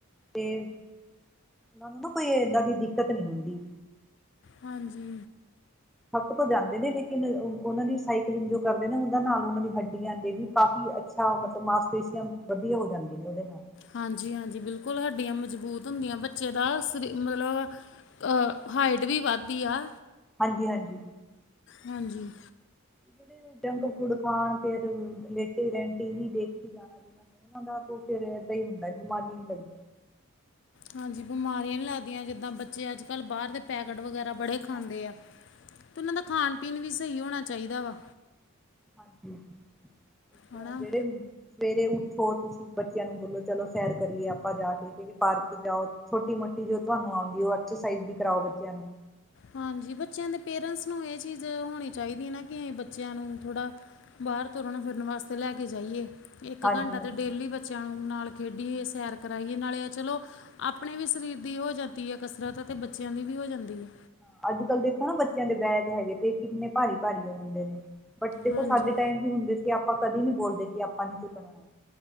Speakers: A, in the centre; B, on the left (about 55°).
A: ਤੇ ਉਨਾਂ ਨੂੰ ਨਾ ਕੋਈ ਏਦਾਂ ਦੀ ਦਿੱਕਤ ਨੀ ਹੁੰਦੀ।
B: ਹਾਂਜੀ।
A: ਥੱਕ ਤੋਂ ਜਾਂਦੇ ਨੇ ਲੇਕਿਨ ਉਨਾਂ ਦੀ ਸਾਈਕਲਿੰਗ ਜੋ ਕਰਦੇ ਨੇ ਉਨਾਂ ਨਾਲ ਉਨਾਂ ਦੀ ਹੱਡੀਆਂ ਦੇ ਵੀ ਕਾਫੀ ਅ ਆ ਮਤਲਬ ਮਾਸਪੇਸ਼ੀਅਮ ਵਧੀਆ ਹੋ ਜਾਂਦੀ ਨੇ ਓਦੇ ਨਾਲ।
B: ਹਾਂਜੀ-ਹਾਂਜੀ ਬਿਲਕੁਲ ਹੱਡੀਆਂ ਮਜ਼ਬੂਤ ਹੁੰਦੀਆਂ ਬੱਚੇ ਦਾ ਸਰੀ ਮਤਲਬ ਅ ਹਾਈਟ ਵੀ ਵੱਧਦੀ ਆ।
A: ਹਾਂਜੀ-ਹਾਂਜੀ।
B: ਹਾਂਜੀ।
A: ਜਿੜੇ ਜੰਕ ਫੂਡ ਖਾਣ ਫੇਰ ਲੇਟੇ ਰੇਣ ਟੀ ਵੀ ਦੇਖੀ ਜਾਣਾ ਦੇ <unintelligible> ਫਿਰ ਏਦਾਂ ਹੀ ਹੁੰਦਾ ਬਿਮਾਰੀਆਂ ਨੀ ਲੱਗ
B: ਹਾਂਜੀ ਬਿਮਾਰੀਆਂ ਨੀ ਲੱਗਦੀਆਂ ਜਿੱਦਾਂ ਬੱਚੇ ਅੱਜ ਕੱਲ੍ਹ ਬਾਰ ਦੇ ਪੈਕੇਟ ਵਗੈਰਾ ਬੜੇ ਖਾਂਦੇ
A: ਹਾਂਜੀ ਹਾਂਜੀ
B: ਆ। ਤੇ ਉਨਾਂ ਦਾ ਖਾਣ ਪੀਨ ਵੀ ਸਈ ਹੋਣਾ ਚਾਈਦਾ ਵਾ।
A: ਹਾਂਜੀ ਅੱਛਾ
B: ਹਨਾ।
A: ਜੇੜੇ ਸਵੇਰੇ ਉੱਠੋ ਤੁਸੀਂ ਬੱਚਿਆਂ ਨੂੰ ਬੋਲੋ ਚਲੋ ਸੇਰ ਕਰੀਏ ਆਪਾਂ ਜਾ ਕੇ ਕਿੜੇ ਪਾਰਕ ਜਾਓ ਛੋਟੀ ਮੋਟੀ ਜੋ ਤੁਆਨੂੰ ਆਉਂਦੀ ਓ ਐਕਸਰਸਾਈਜ਼ ਵੀ ਕਰਾਓ ਬੱਚਿਆਂ ਨੂੰ।
B: ਹਾਂਜੀ ਬੱਚਿਆਂ ਦੇ ਪੇਰੈਂਟਸ ਨੂੰ ਏ ਚੀਜ਼ ਹੋਣੀ ਚਾਈਦੀ ਨਾ ਕਿ ਬੱਚਿਆਂ ਨੂੰ ਥੋੜ੍ਹਾ ਬਾਰ ਤੁਰਨ ਫਿਰਨ ਵਾਸਤੇ ਲੈ ਕੇ ਜਾਈਏ ਏਕ
A: ਹਾਂਜੀ
B: ਘੰਟਾ
A: ਹਾਂਜੀ
B: ਤੇ ਡੇਲੀ ਬੱਚ ਬੱਚਿਆਂ ਨੂੰ ਨਾਲ ਖੇਡੀਏ ਸੈਰ ਕਰਾਈਏ ਨਾਲੇ ਚਲੋ ਆਪਣੇ ਵੀ ਸਰੀਰ ਦੀ ਹੋ ਜਾਤੀ ਐ ਕਸਰਤ ਤੇ ਬੱਚਿਆਂ ਦੀ ਵੀ ਹੋ ਜਾਂਦੀ ਐ।
A: ਹਾਂ, ਅੱਜ ਕੱਲ੍ਹ ਦੇਖੋ ਨਾ ਬੱਚਿਆਂ ਦੇ ਬੈਗ ਹੈਗੇ ਤੇ ਕਿੰਨੇ ਭਾਰੀ- ਭਾਰੀ ਉ ਹੁੰਦੇ ਨੇ ਬਟ ਦੇਖੋ
B: ਹਾਂਜੀ
A: ਸਾਡੇ ਟਾਈਮ ਵੀ ਹੁੰਦੇ ਸੀ ਆਪਾਂ ਕਦੇ ਨੀ ਬੋਲਦੇ ਕਿ ਆਪਾਂ ਨੀ ਚੁੱਕਣਾ ਐ।